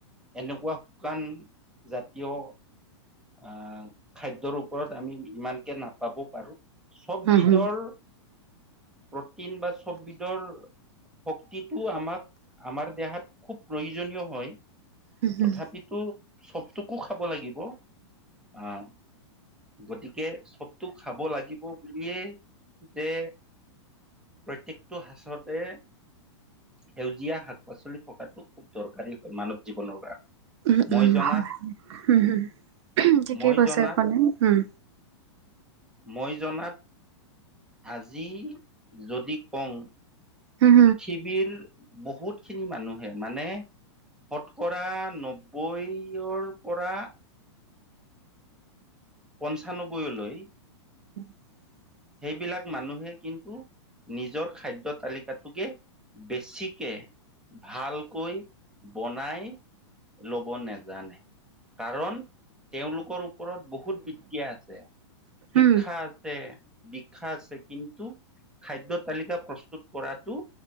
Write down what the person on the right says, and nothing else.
হুম
হুম
হুম হুম
উম
উম
হোম হোম, উমহ ঠিকেই
কৈছে
আপুনি উম
হুম
<inaudible> <inaudible>
উম